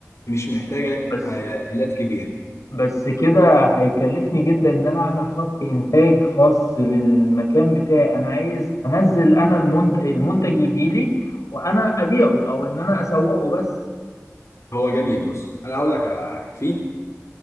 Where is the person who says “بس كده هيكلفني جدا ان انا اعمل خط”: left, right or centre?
Left